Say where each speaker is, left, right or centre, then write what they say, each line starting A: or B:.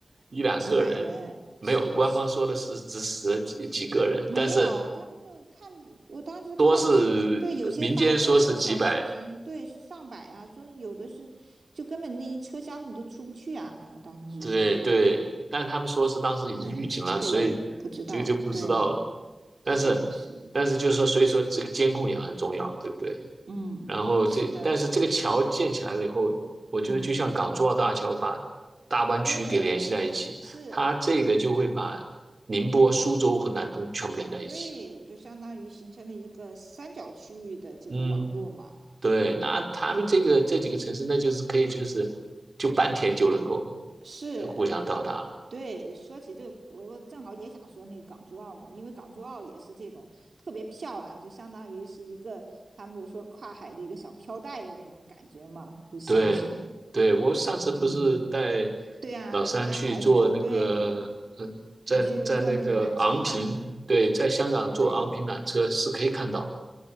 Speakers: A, on the right; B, on the right.
A: 一两个人，
B: 几百人是不是？
A: 没有，官方说的是只死了几几个人，
B: 没有，
A: 但是
B: 他们又看，我当时看，
A: 多是民间说是几百，
B: 对，有些发出来的小视频，对，是上百啊，说有的是就根本那一车厢你都出不去啊，好像当时是说，
A: 对对，但他们说是当时已经预警了，
B: 哎，这个也不知道，
A: 所以这个就不知道了。
B: 对，
A: 但是但是就是说，
B: 是的是，
A: 所以说这个监控也很重要，对不对？
B: 嗯，
A: 然后这，
B: 是的，
A: 但是这个桥建起来了以后，我觉得就像港珠澳大桥把大湾区给联系在一起，
B: 嗯，对，是，
A: 它这个就会把宁波、苏州和南通全部连在一起。
B: 对，就相当于形成了一个三角区域的这个网络嘛，
A: 嗯，对，那他们这个这几个城市，
B: 嗯，
A: 那就是可以就是就半天就能够
B: 是，
A: 呃互相到达了。
B: 对。说起这个，我我正好也想说那个港珠澳嘛，因为港珠澳也是这种特别漂亮，就相当于是一个他们就说跨海的一个小飘带的那种感觉嘛，就像是，
A: 对，对，我上次不是带
B: 嗯，对呀，
A: 老三去做那个，
B: 带孩子，对，
A: 嗯、在在那个昂坪，
B: 你去坐那个缆车吧，
A: 对，在香港坐昂坪缆车是可以看到。
B: 对，